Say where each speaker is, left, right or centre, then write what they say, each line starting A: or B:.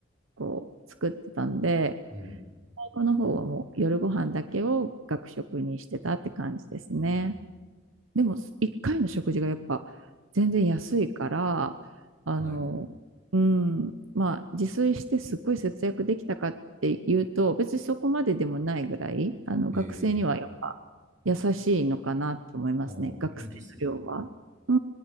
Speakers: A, on the right (about 85°); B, on the right (about 40°).
A: こう作ってたんで、
B: うん。
A: 最後の方はもう夜ご飯だけを学食にしてたって感じですね。
B: うん
A: でも、1回の食事がやっぱ全然安いから、あの、
B: はい。
A: うん、まあ、自炊してすっごい節約できたかっていうと、別にそこまででもないぐらい、あの、
B: ええ
A: 学生にはやっぱ優しいのかなと思いますね、
B: ああ、
A: 学生の量は。
B: いいですね。
A: う